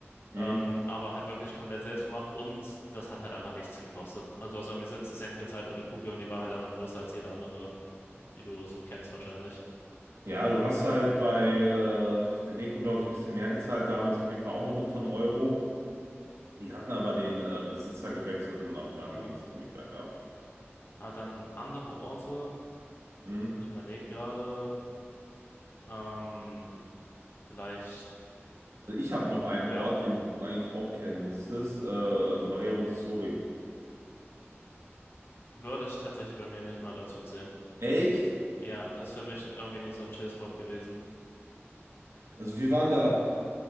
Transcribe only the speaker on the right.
Hm.
Ja, du hast halt bei äh, der Neko, glaube ich, ein bisschen mehr gezahlt, damals auf jeden Fall auch noch unter einen Euro. Die hatten aber den äh, Besitzer gewechselt und ab dann
ging es irgendwie bergab.
Hm.
Also ich habe noch einen
Ort, den du eigentlich auch kennen müsstest, äh, Maria Montessori.
Echt?
Also wir waren da.